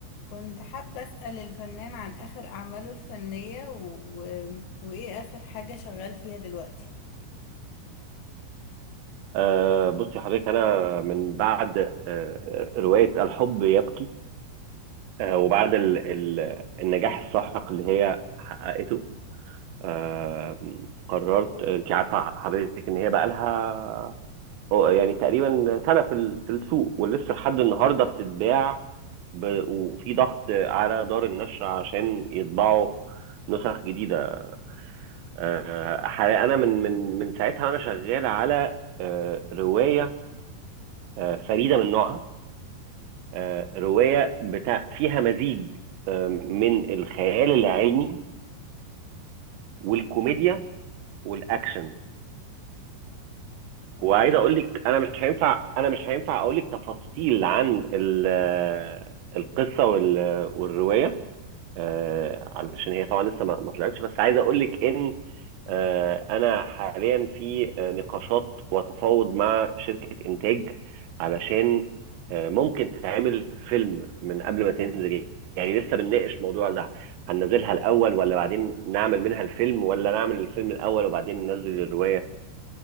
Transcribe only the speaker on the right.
آه بصي حضرتك انا من بعد آه آه، روايه الحب يبكي آه وبعد ال ال النجاح الساحق اللي هي حققته آه قررت انت عارفه حضرتك ان هي بقى لها يعني تقريبا سنه في ال- في السوق ولسه لحد النهارده بتتباع ب- وفي ضغط على دار النشر عشان يطبعوا نسخ جديده آه حقيقة انا من من من ساعتها وانا شغال على آه روايه آه فريده من نوعها آه، رواية بتاع فيها مزيج آه، من الخيال العلمي والكوميديا والاكشن
وعايز اقول لك انا مش هينفع انا مش هينفع اقول لك تفاصيل عن ال- آه، القصة وال- والرواية آه، علشان هي طبعا لسه ما ما طلعتش بس عايز اقول لك ان آه، انا حاليا في آه، نقاشات وتفاوض مع شركة انتاج علشان آه، ممكن تتعمل فيلم من قبل ما تنزل يعني لسه بنناقش موضوع ده هننزلها الاول ولا بعدين نعمل منها الفيلم ولا نعمل الفيلم الاول وبعدين ننزل الرواية